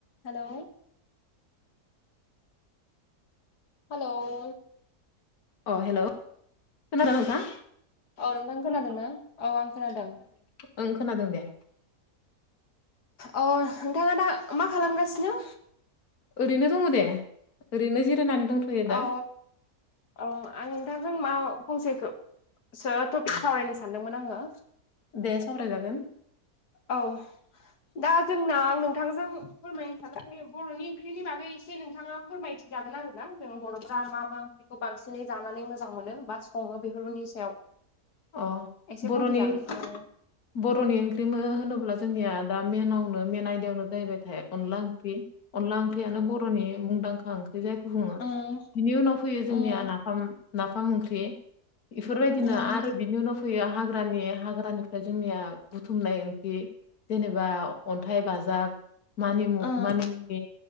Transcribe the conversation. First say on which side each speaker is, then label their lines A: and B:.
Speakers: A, on the left; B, on the left.
A: Hello hello
B: अ hello खोनादों ना नोंथां <unintelligible>
A: औ नोंथां खोनादों ना औ आं खोनादों
B: ओं खोनादों दे
A: अ नोंथाङा दा मा खालामगासिनो
B: ओरैनो दङ दे ओरैनो जिरायनानै दंथ'यो दा
A: औ औ आं नोंथांजों मा फंसेखो सो टपिक सावरायनो सानदोंमोन आङो
B: दे सावरायजागोन
A: औ दा जोंना आं नोंथांजों फोरमायनो सानाखै <unintelligible> बर'नि ओंख्रिनि बागै एसे नोंथाङा फोरमायथि जागोन आरोना जों बर'फ्रा मामा बेखौ बांसिनै जानानै मोजां मोनो बा सङो बेफोरनि सायाव
B: अ
A: एसे
B: बर'नि
A: बुंथिजागोन ओव
B: बर'नि ओंख्रिबो होनोब्ला जोंनिया दा मेनावनो मेन आयदायावनो जाहैबायथाय अनला ओंख्रि अनला ओंख्रियानो बर'नि मुंदांखा ओंख्रि जायखौ बुङो
A: उम
B: बिनि उनाव फैयो जोंनिया
A: उम
B: नाफाम नाफाम ओंख्रि ना इफोरबायदिनो
A: उम
B: आरो बिनि उनाव फैयो हाग्रानि हाग्रानिफ्राय जोंनिया बुथुमनाय ओंख्रि। जेनेबा अन्थाइ बाजाब मानिमु
A: उम
B: मानिमुनि